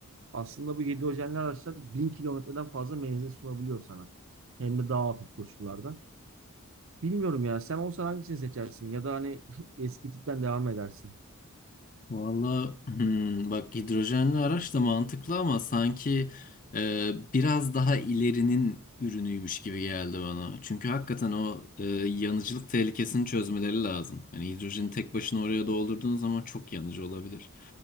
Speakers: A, on the right; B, on the left.
A: Aslında bu yedi hidrojenli araçlar 1000 kilometreden fazla menzil sunabiliyor sana. Hem de daha hafif koşullarda. Bilmiyorum ya sen olsan hangisini seçersin ya da hani <laughs> eski tipten devam edersin.
B: Valla hmm, bak hidrojenli araç da mantıklı ama sanki e, biraz daha ilerinin ürünüymüş gibi geldi bana. Çünkü hakikaten o e, yanıcılık tehlikesini çözmeleri lazım. Hani hidrojeni tek başına oraya doldurduğun zaman çok yanıcı olabilir.